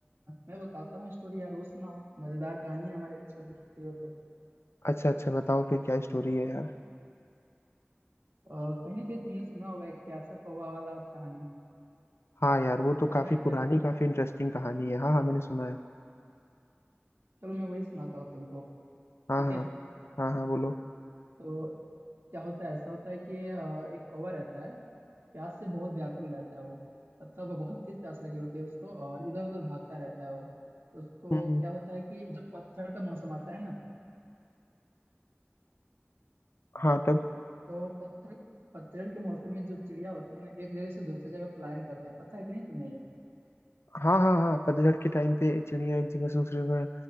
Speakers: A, on the right; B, on the left.
A: मैं बताता हूँ स्टोरी यार वो सुनाओ मजेदार कहानी है हमारे स्कूल की हो तो
B: अच्छा अच्छा बताओ फिर क्या स्टोरी है यार
A: अ, कहीं ना कहीं तुमने सुना होगा एक प्यासा कौवा वाला कहानी
B: हाँ यार वो तो काफी
A: सुना है क्या
B: पुरानी काफी इंटरेस्टिंग कहानी है हाँ हाँ मैंने सुना है
A: चलो मैं वही सुनाता हूँ तुमको
B: हाँ
A: ठीक
B: हाँ
A: है
B: हाँ हाँ बोलो
A: तो क्या होता है ऐसा होता है कि अ, एक कौवा रहता है प्यास से बहुत व्याकुल रहता है वो मतलब बहुत तेज प्यास लगी होती है उसको और इधर उधर भागता रहता है वो उसको
B: हम्म हम्म,
A: क्या होता है कि जब पतझड़ का मौसम आता है ना
B: हाँ तब
A: तो पतझड़ पतझड़ के मौसम में जो चिड़िया होती है ना एक जगह से दूसरी जगह पलायन करते हैं पता है कि नहीं तुम्हें ये
B: हाँ हाँ हाँ पतझड़ के टाइम पे चिड़िया एक जगह से दूसरी जगह